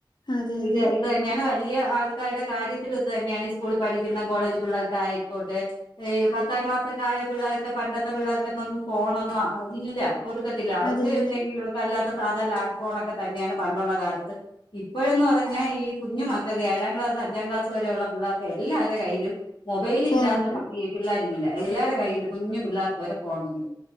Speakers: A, on the left; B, on the left.
A: അതെ അതെ
B: ഇത് ഇത് തന്നെയാണ് വലിയ ആൾ ആക്കാരുടെ കാര്യത്തിൽ ഇത് തന്നെയാണ് ഈ സ്കൂള പഠിക്കുന്ന കോളേജ് പിള്ളേർക്ക ആയിക്കോട്ടെ പത്താം ക്ലാസൊക്കെ ആയ പിള്ളേർക്ക് പണ്ടത്തെ പിള്ളേർക്ക്ന്നൊന്നും ഫോണൊന്നും ഇല്ല കൊടുക്ക ത്തില്ല അവർക്ക്
A: അതെ അതെ
B: എന്തെങ്കിലും അല്ലാത്ത സാധാ ലാൻഡ് ഫോൺൊക്കെ തന്നെയാണ് പണ്ടുള്ള കാലത്ത് ഇപ്പോഴന്ന് പറഞ്ഞാ ഈ കുഞ്ഞു മക്കക്ക് ഏഴാം ക്ലാസ് അഞ്ചാം ക്ലാസ് വരെയുള്ള പിള്ളേർക്ക് എല്ലാവരുടെ കയ്യിലും മൊബൈൽ
A: ഫോണുണ്ട്
B: ഇല്ലാത്ത പിള്ളാരില്ല എല്ലാരരുടെ കയ്യിയില് കുഞ്ഞു പിള്ളേർക്ക് വരെ ഫോണുണ്ട്